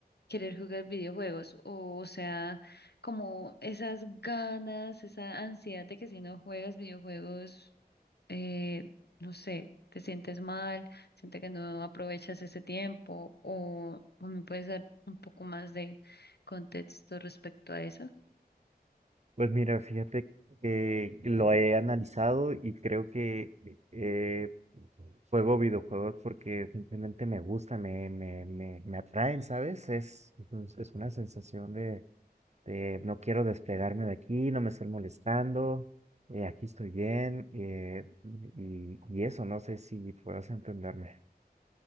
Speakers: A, on the left; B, on the right.
A: querer jugar videojuegos, o, o sea, como esas ganas, esa ansiedad de que si no juegas videojuegos, eh, no sé, te sientes mal, sientes que no aprovechas ese tiempo, o, o me puedes dar un poco más de contexto respecto a eso.
B: Pues mira, fíjate que lo he analizado y creo que eh, juego videojuegos porque simplemente me gusta, me, me, me, me atraen, ¿sabes? Es, es es una sensación de eh, no quiero despegarme de aquí, no me estén molestando, eh, aquí estoy bien, eh, y, y eso, no sé si puedas entenderme,